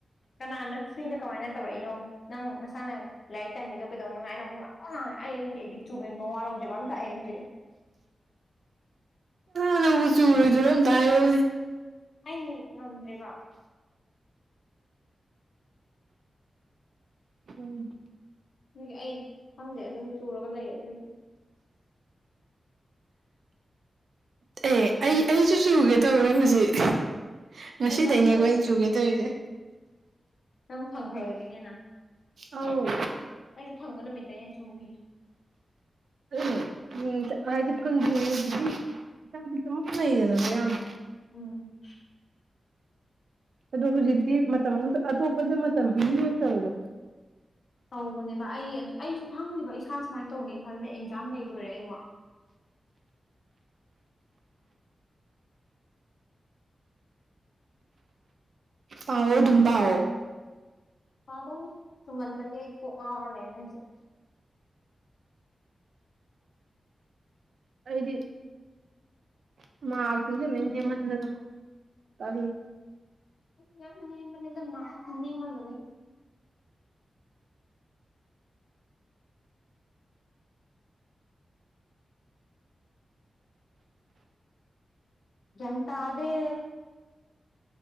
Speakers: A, on the left; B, on the right.
A: ꯀꯅꯥꯅ ꯐ꯭ꯔꯤꯗ ꯀꯃꯥꯏꯅ ꯇꯧꯔꯛꯏꯅꯣ ꯅꯪ ꯅꯁꯥꯅ ꯂꯥꯏꯔꯤꯛ ꯇꯝꯃꯤꯗꯣ ꯀꯩꯗꯧ ꯅꯨꯡꯉꯥꯏꯅ ꯉꯄꯣ ꯉꯥꯡꯉ ꯑꯩ ꯑꯩꯗꯤꯛ ꯆꯨꯕ ꯃꯃꯋꯥ ꯂꯧꯎꯖꯦꯕ ꯑꯃ ꯊꯥꯛꯑꯦ ꯍꯧꯁꯦ
B: ꯀꯥꯟꯅꯕꯨ ꯆꯨꯨꯔꯣꯏꯗꯨꯔꯣꯝꯇ ꯍꯥꯏꯔꯛꯅꯦ
A: ꯑꯩ ꯉꯝꯗ꯭ꯔꯦꯕ
B: ꯎꯝ
A: ꯑꯗꯨꯒꯤ ꯑꯩ ꯈꯪꯗꯦ ꯑꯗꯨꯝ ꯆꯨꯔꯒ ꯂꯩ ꯑꯗꯨꯒꯤ
B: ꯑꯦ ꯑꯩ ꯑꯩꯁꯨ ꯁꯨꯒꯦ ꯇꯧꯔꯦ ꯍꯧꯖꯤꯛ ꯉꯁꯤꯗꯩꯅꯦꯈꯣ
A: ꯑꯩ ꯉꯝꯗꯕꯅꯦ
B: ꯑꯩꯅ ꯆꯨꯒꯦ ꯇꯧꯔꯤꯁꯦ
A: ꯅꯪ ꯐꯪꯈ꯭ꯔꯒꯦꯅꯦꯅ
B: ꯑ ꯎ
A: ꯑꯩꯁꯨ ꯐꯪꯕ ꯅꯨꯃꯤꯠꯇ ꯑꯩꯅ ꯆꯨꯈꯤꯁꯦ
B: ꯎ ꯎꯝ ꯍꯥꯏꯗꯤ ꯐꯪꯗ꯭ꯔꯤꯉꯩꯗꯗꯤ ꯍ ꯆꯃꯅꯩꯗꯅ ꯀꯌꯥꯝꯅꯣ
A: ꯎꯝ
B: ꯑꯗꯣ ꯍꯧꯖꯤꯛꯇꯤ ꯃꯇꯝ ꯑꯃꯗ ꯑꯇꯣꯞꯄꯗ ꯃꯇꯝ ꯄꯤꯅꯤꯡꯉꯛꯇꯕꯗꯣ
A: ꯇꯧꯕꯅꯦꯕ ꯑꯩ ꯑꯩꯁꯨ ꯈꯪꯗꯦꯕ ꯏꯁꯥ ꯁꯨꯃꯥꯏꯅ ꯇꯧꯅꯤ ꯈꯜꯂꯗ ꯑꯦꯛꯖꯥꯝ ꯂꯩ ꯂꯣꯏꯔꯦꯕ
B: ꯄꯥꯑꯣ ꯑꯗꯨꯝ ꯄꯑꯣꯣ
A: ꯄꯥꯗꯧ ꯁꯨꯝꯃꯟꯗꯒꯤ ꯑꯩ ꯀꯣꯛ ꯉꯥꯎꯔ ꯂꯩꯔꯅꯦ ꯍꯧꯖꯤꯛ
B: ꯍꯗꯤ ꯃꯥ ꯃ ꯃꯔ
A: ꯅ ꯃꯅꯦ ꯑꯗꯨ ꯃꯥ ꯅꯃ ꯃꯅꯤ ꯒꯌꯥꯟ ꯇꯥꯗꯦ